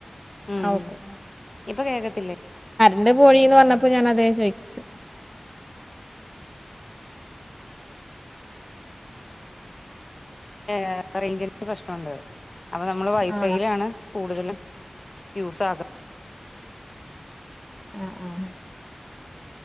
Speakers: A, on the left (about 50°); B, in the centre.
A: ഉം
B: ആ
A: ഉം
B: ഓക്കെ
A: ഇപ്പൊ കേക്കത്തില്ലേ?
B: ന്റ് പോഴീന്ന് പർഞ്ഞപ്പോ ഞാൻ അത ഞാ ചോയ്ച്ചേ
A: ഏഹ് റെയ്ഞ്ചിൻ്റെ പ്രശ്നണ്ട് അപ്പ നമ്മള് വൈഫൈലാണ്
B: ആ
A: കൂട്തലും. യുസാഗ
B: ആഹ് ആഹ്